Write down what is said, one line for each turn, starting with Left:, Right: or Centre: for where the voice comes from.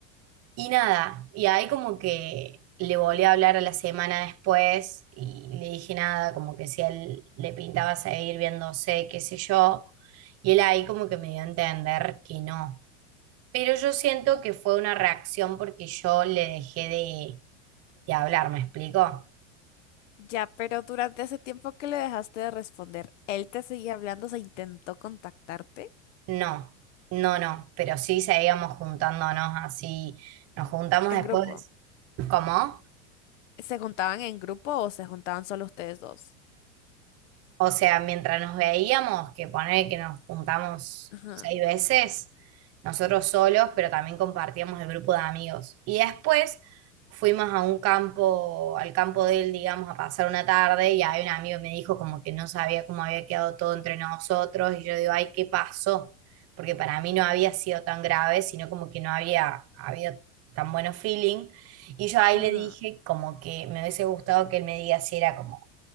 Right: y nada, y ahí como que le volví a hablar a la semana después, y le dije nada, como que si a él le pintaba seguir viéndose, qué sé yo, y él ahí como que me dio a entender que no. Pero yo siento que fue una reacción porque yo le dejé de, de hablar, ¿me explico?
Left: Ya, pero durante ese tiempo que le dejaste de responder, ¿él te seguía hablando? ¿Se intentó contactarte
Right: No, no, no, pero sí seguíamos juntándonos así, nos juntamos
Left: en
Right: después,
Left: grupo?
Right: ¿cómo?
Left: ¿Se juntaban en grupo o se juntaban solo ustedes dos?
Right: O sea, mientras nos veíamos, que poner que nos juntamos
Left: Ajá,
Right: seis veces, nosotros solos, pero también compartíamos el grupo de amigos. Y después fuimos a un campo, al campo de él, digamos, a pasar una tarde y ahí un amigo me dijo como que no sabía cómo había quedado todo entre nosotros y yo digo, ay, ¿qué pasó? Porque para mí no había sido tan grave, sino como que no había habido tan bueno feeling. Y yo ahí
Left: ajá.
Right: le dije como que me hubiese gustado que él me diga si era como